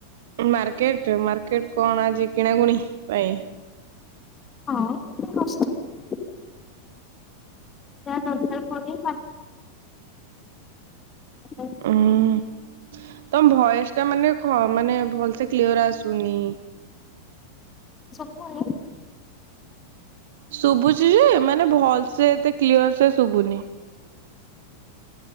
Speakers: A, on the right; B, on the left.
A: ମାର୍କେଟ୍-ମାର୍କେଟ କଣ ଆଜି କିଣାକୁୁଣି ପାଇଁ?
B: ହଁ <unintelligible> ଅଁ। ଯାହା ଦରକାର ପଡେ। <inaudible>
A: ଉଁ ତମ ଭଏସ୍ ଟା ମାନେ ଖ ମାନେ ଭଲ୍ ସେ କ୍ଲିୟର ଆସୁନି।
B: ସୁବୁନି?
A: ଶୁଭୁଛି ଯେ ମାନେ ଭଲ୍ ସେ ଏତେ କ୍ଲିୟର ସେ ଶୁଭୁନି।